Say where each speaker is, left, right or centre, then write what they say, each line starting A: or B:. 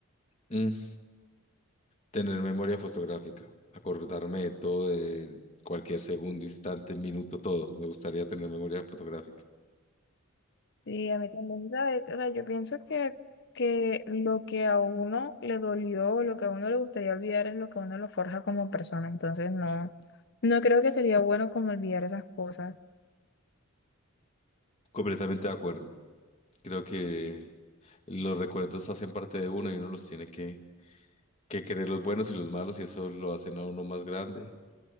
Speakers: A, on the left; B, on the left.
A: Mm, Tener memoria fotográfica, acordarme de todo, de cualquier segundo, instante, minuto, todo. Me gustaría tener memoria fotográfica.
B: Sí, a mí también, ¿sabes? O sea, yo pienso que, que lo que a uno le dolió, lo que a uno le gustaría olvidar es lo que a uno lo forja como persona. Entonces, no, no creo que sería bueno como olvidar esas cosas.
A: Completamente de acuerdo. Creo que los recuerdos hacen parte de uno y uno los tiene que que querer los buenos y los malos y eso lo hacen a uno más grande